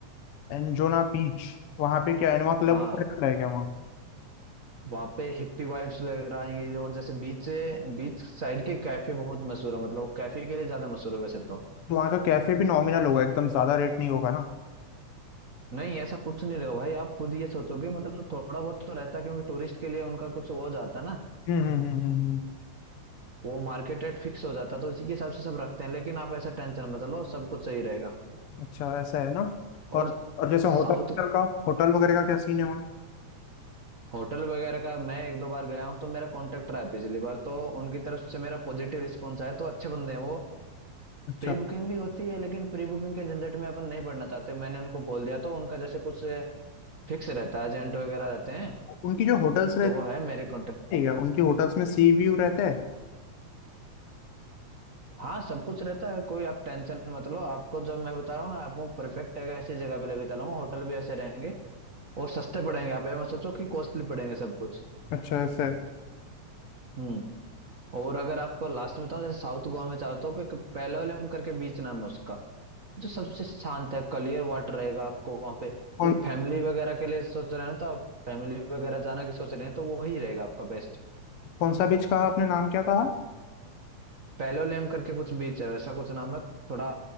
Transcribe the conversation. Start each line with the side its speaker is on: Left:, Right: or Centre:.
Left: एंजोना बीच वहाँ पे क्या इनोवा क्लब
Right: हाँ
Left: रहता है क्या वहाँ
Right: वहां पे हिप्पी वाइब्स वगैरह आएंगी और जैसे बीच बीच साइड के कैफे बहुत मशहूर है मतलब कैफे के लिए ज्यादा मशहूर है वैसे तो
Left: वहाँ का कैफे भी नॉमिनल होगा एकदम ज्यादा रेट नहीं होगा ना
Right: नहीं ऐसा कुछ नहीं रहेगा भाई आप खुद ये सोचोगे मतलब थोड़ा बहुत तो रहता है क्योंकि टूरिस्ट के लिए उनका कुछ हो जाता है ना
Left: हम्म हम्म हम्म हम्म, हम्म।
Right: वो मार्केट रेट फिक्स हो जाता है तो इसी के हिसाब से सब रखते हैं लेकिन आप ऐसा टेंशन मत लो सब कुछ सही रहेगा
Left: अच्छा ऐसा है ना
Right: और
Left: और और जैसे
Right: साउथ
Left: होटल का होटल वगैरह का क्या सीन है वहाँ
Right: होटल वगैरह का मैं एक दो बार गया हूँ तो मेरा कॉन्टेक्ट रहा है पिछली बार तो उनकी तरफ से मेरा पॉजिटिव रिस्पॉन्स आया तो अच्छे बंदे हैं वो
Left: अच्छा
Right: प्री बुकिंग भी होती है लेकिन प्री बुकिंग के झंझट में अपन नहीं पड़ना चाहते मैंने उनको बोल दिया तो उनका जैसे कुछ फिक्स रहता है एजेंट वगैरह रहते हैं
Left: उनकी जो होटल्स रहती
Right: तो वो है मेरे कॉन्टेक्ट
Left: है क्या उनकी होटल्स में सी व्यू रहता है
Right: हाँ सब कुछ रहता है कोई आप टेंशन मत लो आपको जब मैं बता रहा हूँ ना आपको परफेक्ट है ऐसी जगह पे लेके चलाऊंगा होटल भी ऐसे रहेंगे और सस्ते पड़ेंगे आप ये मत सोचो कि कॉस्टली पड़ेंगे सब कुछ
Left: अच्छा ऐसा है
Right: हम्म और अगर आपको लास्ट में बताऊँ जैसे साउथ गोवा में चाहता हूँ कि पेलोलम करके बीच नाम है उसका जो सबसे शांत है क्लियर वाटर रहेगा आपको वहां पे
Left: कौन
Right: मतलब फैमिली वगैरह के लिए सोच रहे हैं तो आप फैमिली वगैरह जाना की सोच रहे हैं तो वो ही रहेगा आपका बेस्ट
Left: कौन सा बीच कहा आपने नाम क्या कहा
Right: पैलोलेम करके कुछ बीच है वैसा कुछ नाम है थोड़ा